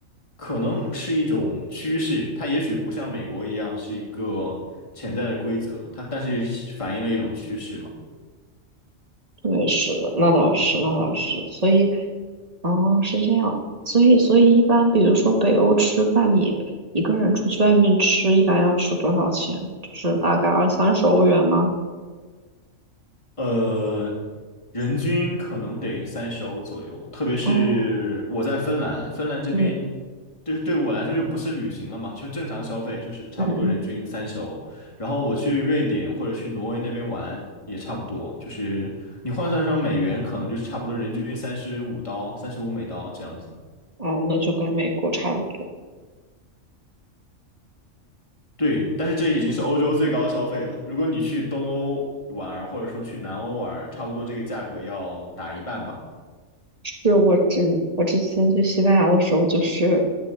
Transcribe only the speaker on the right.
对，是的，那倒是，那倒是，所以，哦，是这样，所以，所以一般比如说北欧吃饭，你一个人出去外面吃，一般要吃多少钱？就是大概二三十欧元吗？
哦，
嗯
嗯嗯，
哦，那就跟美国差不多。
是我之我之前去西班牙的时候，就是